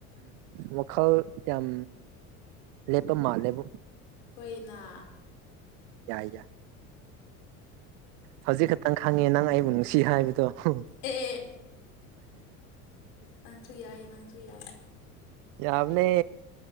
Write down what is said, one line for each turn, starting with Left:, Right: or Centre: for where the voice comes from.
Right: ꯋꯥꯈꯜ ꯌꯥꯝ ꯂꯦꯄꯃ ꯂꯦꯕꯝ
Left: ꯍꯅ
Right: ꯌꯥꯏ ꯌꯥꯏ ꯍꯧꯖꯤꯛ ꯈꯛꯇꯪ ꯈꯪꯉꯦ ꯅꯪ ꯑꯩꯕꯨ ꯅꯨꯡꯁꯤ ꯍꯥꯏꯕꯗꯣ ꯍ
Left: ꯑꯦ ꯅꯪꯁꯨ ꯌꯥꯏ ꯅꯪꯁꯨ ꯌꯥꯏ
Right: ꯌꯥꯕꯅꯦ